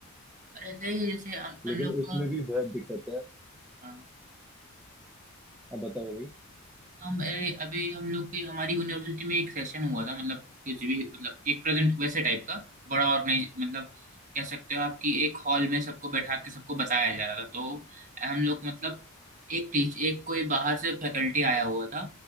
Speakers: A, on the right; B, in the centre.
A: और ऐसे ही जैसे
B: है
A: हम हम
B: लेकिन
A: लोग
B: उसमें
A: का
B: भी बहुत दिक्कत है
A: हाँ
B: अब बताओ भाई
A: हम अरे अभी हम लोग की हमारी यूनिवर्सिटी में एक सेशन हुआ था मतलब कुछ भी मतलब एक प्रेजेंट वैसे टाइप का बड़ा ऑर्गेनाइज मतलब कह सकते हो आप कि एक हॉल में सबको बैठा के सबको बताया जा रहा था तो हम लोग मतलब एक टीच एक कोई बाहर से फैकल्टी आया हुआ था